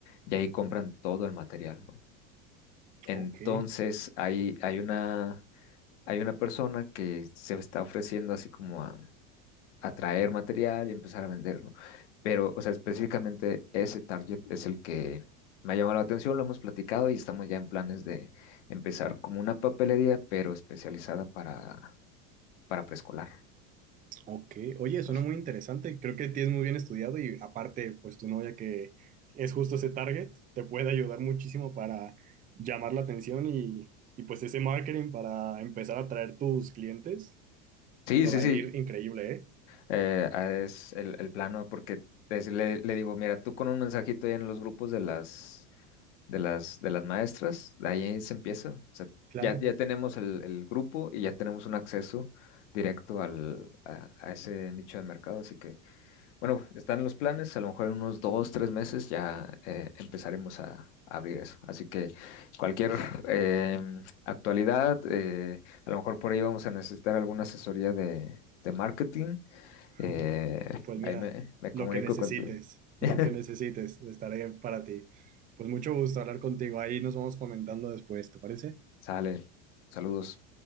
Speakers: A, on the left (about 80°); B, on the right (about 25°).
A: y ahí compran todo el material, ¿no? Entonces,
B: Ok.
A: hay, hay una hay una persona que se está ofreciendo así como a, a traer material y empezar a venderlo. Pero, o sea, específicamente ese target es el que me ha llamado la atención, lo hemos platicado y estamos ya en planes de empezar como una papelería, pero especializada para, para preescolar.
B: Ok, oye,
A: Entonces,
B: suena muy interesante. Creo que tienes muy bien estudiado y aparte, pues tu novia que es justo ese target, te puede ayudar muchísimo para llamar la atención y, y pues ese marketing para empezar a atraer tus clientes,
A: sí,
B: te
A: sí,
B: va
A: sí,
B: a ir increíble, ¿eh?
A: eh, ah, es el, el plano porque es- le, le digo, mira, tú con un mensajito ahí en los grupos de las de las, de las maestras, de ahí se empieza. O sea,
B: Claro,
A: ya, ya tenemos el, el grupo y ya tenemos un acceso directo al, a, a ese nicho de mercado. Así que, bueno, están los planes. A lo mejor en unos dos, tres meses ya eh, empezaremos a, a abrir eso. Así que cualquier <laughs> eh, actualidad, eh, a lo mejor por ahí vamos a necesitar alguna asesoría de, de marketing.
B: <laughs>
A: Eh,
B: pues mira,
A: ahí me, me comunico
B: lo que necesites,
A: contigo. <laughs>
B: lo que necesites, estaré para ti. Pues mucho gusto hablar contigo. Ahí nos vamos comentando después, ¿te parece?
A: Sale. Saludos.